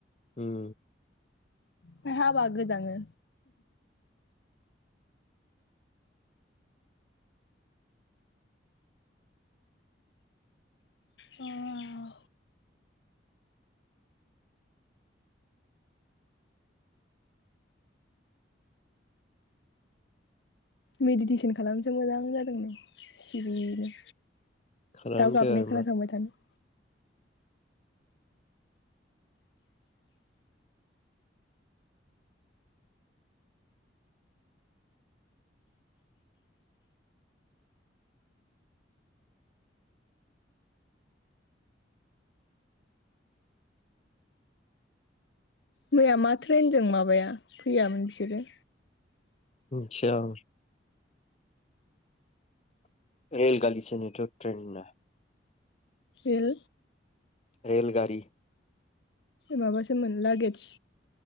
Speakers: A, on the left; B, on the left.
A: उम
B: फाय हाबा गोजाङो अवाव मेडिटेसन खालामनोसो मोजां जादों नो सिरिनो
A: खालामदो
B: दावगाबनाय
A: आरो
B: खोनासंबाय
A: मा
B: थानो मैया मा ट्रेनजों माबाया फैयामोन बिसोरो
A: मोनथिया आं रेल गालिसो होनोथ' ट्रेन होना।
B: एल
A: रेलगारि
B: माबासो मोन लागेेदज